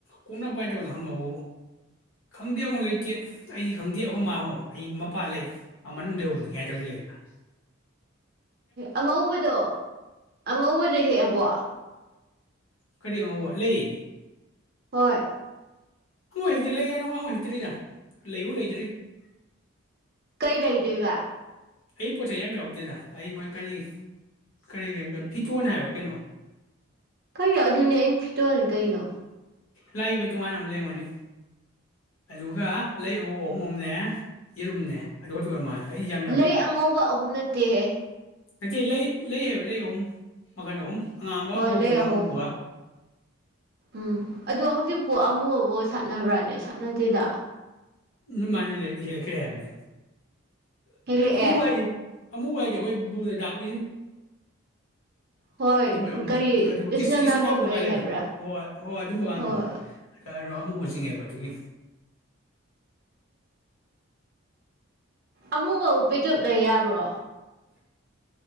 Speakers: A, on the left; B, on the right.
A: ꯀꯣꯛꯅꯕ ꯀꯥꯏꯅ ꯇꯧꯗꯅꯣ ꯍꯪꯉꯎ ꯈꯪꯗꯦ ꯑꯃꯨꯛ ꯂꯩꯇꯦ ꯑꯩꯗꯤ ꯈꯪꯗꯦ ꯑꯩꯈꯣꯏ ꯃꯥ ꯍꯪꯉꯨ ꯑꯩ ꯃꯄꯥꯟ ꯂꯩ ꯃꯥ ꯃꯅꯨꯡꯗ ꯂꯩꯍꯧꯕꯅꯤ ꯀꯥꯏ ꯇꯧꯅꯤ ꯂꯩꯅ <unintelligible>
B: ꯑꯉꯧꯕꯗꯣ ꯑꯉꯧꯕꯗꯣ ꯍꯦꯛꯑꯕꯣ
A: ꯀꯔꯤ ꯑꯉꯧꯕ ꯂꯩ
B: ꯍꯣꯏ
A: ꯍꯩꯇ꯭ꯔꯤ ꯂꯩꯌꯦ ꯅꯨꯡ ꯑꯃꯨꯛ ꯍꯩꯇ꯭ꯔꯤꯗ ꯂꯩꯎ ꯂꯩꯗ꯭ꯔꯤ <unintelligible>
B: ꯀꯩ ꯂꯩꯗꯣꯏꯕ
A: ꯑꯩ ꯄꯣꯠꯆꯩ ꯌꯥꯝ ꯌꯥꯎꯗꯦꯗ ꯑꯩ ꯃꯣꯏ ꯀꯔꯤ ꯀꯔꯤ ꯐꯤꯇꯣꯟ ꯍꯥꯏꯕ ꯀꯩꯅꯣ
B: ꯀꯩꯅꯣ ꯑꯗꯨꯅꯦ ꯑꯩꯩꯅ ꯐꯤꯠꯇꯣꯜꯅꯤ ꯀꯩꯅꯣ
A: ꯂꯥꯏꯒꯤ ꯃꯣꯏ ꯇꯣꯉꯥꯟꯅ ꯑꯃ ꯂꯔꯝꯒꯅꯤ ꯑꯗꯨꯒ ꯂꯩ ꯑꯉꯧꯕ ꯑꯍꯨꯝ ꯑꯝꯅꯦ ꯌꯦꯔꯨꯝꯅꯦ ꯑꯗꯨ ꯈꯛꯇ ꯑꯣꯏꯔ ꯃꯥꯜꯂꯦ ꯑꯩꯗꯤ ꯌꯥꯝ
B: ꯂꯩ ꯑꯉꯧꯕ ꯑꯍꯨꯝ ꯅꯠꯇꯦꯍꯦ
A: ꯅꯇꯦ ꯂꯩ ꯂꯩ ꯍꯥꯏꯕ ꯂꯩ ꯑꯍꯨꯝ ꯃꯈꯟ ꯑꯍꯨꯝ ꯑꯉꯥꯡꯕꯒ
B: ꯍꯣꯏ
A: ꯑꯉꯧꯕꯒ
B: ꯂꯩ ꯑꯍꯨꯝ
A: ꯑꯃꯨꯕꯒ
B: ꯎꯝ ꯑꯗꯣ ꯍꯧꯖꯤꯛ <unintelligible> ꯁꯥꯠꯅꯕ꯭ꯔꯅꯦ ꯁꯠ ꯅꯠꯇꯦꯗ
A: ꯅꯣꯏ ꯃꯥꯅꯤ ꯂꯩ ꯍꯦꯛꯂꯛꯀꯦ ꯍꯥꯏꯝꯅꯦ
B: ꯍꯦꯛꯂꯛꯑꯦ
A: ꯊꯕꯨꯕꯥꯗꯤ ꯑꯃꯨꯕ ꯍꯥꯏꯗꯤ ꯑꯩꯈꯣꯏ ꯕ꯭ꯂꯨꯗ ꯗꯥꯛ <unintelligible>
B: ꯍꯣꯏ
A: ꯑꯗꯨꯝꯕ ꯑꯃꯨꯛ
B: ꯀꯔꯤ ꯀ꯭ꯔꯤꯁꯅ
A: ꯀꯤꯁ ꯀꯤꯁꯤꯅꯥ
B: ꯅꯥꯀꯣꯡ
A: ꯀꯣꯡꯀꯥꯏ
B: ꯂꯩ
A: ꯂꯩꯅꯣ
B: ꯍꯥꯏꯕ꯭ꯔꯥ
A: ꯍꯣꯏ ꯍꯣꯏ ꯑꯗꯨꯝꯕꯀꯥꯟꯗꯣ
B: ꯍꯣꯏ
A: ꯑꯗꯣ ꯑꯃꯨꯕ ꯆꯤꯡꯉꯦꯕ ꯑꯗꯨꯒꯤ
B: ꯑꯃꯨꯕꯕꯨ ꯄꯦꯇꯨꯞꯂꯩ ꯌꯥꯕ꯭ꯔꯣ
A: <unintelligible>